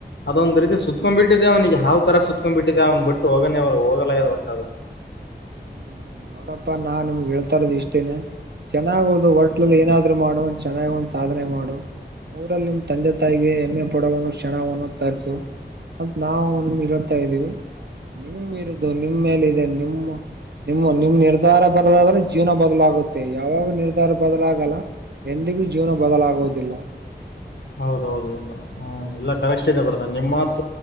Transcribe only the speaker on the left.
ಅದೊಂದ ರೀತಿ ಸತ್ಕೊಂಡ್ಬಿಟ್ಟಿದೆ ಅವನಿಗೆ ಹಾವ್ ತರ ಸುತ್ಕೊಂಡ್ ಬಿಟ್ಟಿದೆ ಅವ್ನು ಬಿಟ್ಟು ಹೋಗ ಅವ ಹೋಗ ಒಟ್ಟ
ಹೌದೌದು ಇಲ್ಲ ಹ್ಮ ಇಲ್ಲ ಕರೆಕ್ಟ್
ಇದೆ ಬರ್ತೆ ನಿಮ್ಮ